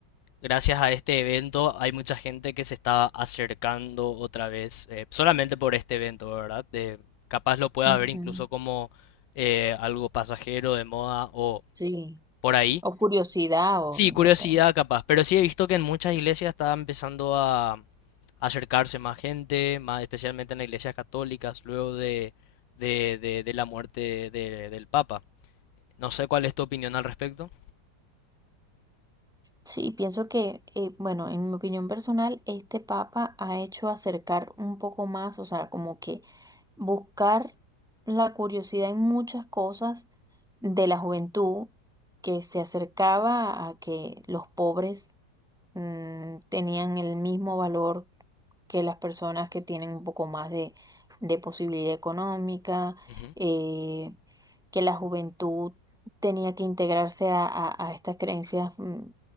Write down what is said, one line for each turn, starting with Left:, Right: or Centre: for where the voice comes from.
Left: gracias a este evento hay mucha gente que se está acercando otra vez, eh, solamente por este evento, ¿verdad? De, capaz lo pueda
Centre: Ujú.
Left: ver incluso como eh, algo pasajero de moda o
Centre: Sí.
Left: por ahí,
Centre: O curiosidad, o
Left: Sí,
Centre: no
Left: curiosidad
Centre: sé.
Left: capaz, pero sí he visto que en muchas iglesias está empezando a acercarse más gente, más especialmente en las iglesias católicas, luego de, de, de- de la muerte de- del Papa. No sé cuál es tu opinión al respecto.
Centre: Sí, pienso que, eh, bueno, en mi opinión personal, este Papa ha hecho acercar un poco más, o sea, como que buscar la curiosidad en muchas cosas de la juventud que se acercaba a que los pobres mm, tenían el mismo valor que las personas que tienen un poco más de, de posibilidad económica,
Left: Ujú,
Centre: eh, que la juventud tenía que integrarse a, a- a estas creencias mm,